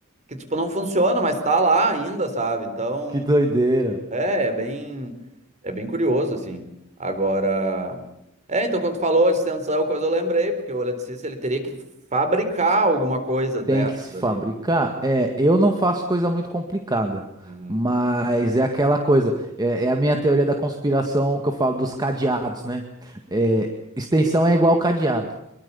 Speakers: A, on the right; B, on the right.
A: que tipo não funciona, mas tá lá ainda, sabe? Então,
B: <laughs> que doideira.
A: é, é bem é bem curioso assim. Agora, é, então quando tu falou de extensão, coisa eu lembrei, porque o eletricista ele teria que fabricar alguma coisa dessas
B: Tem que se fabricar?
A: ali, né?
B: É, eu não faço coisa muito complicada,
A: Uhum.
B: mas é aquela coisa, é, é a minha teoria da conspiração que eu falo dos cadeados, né? É, extensão é igual cadeado.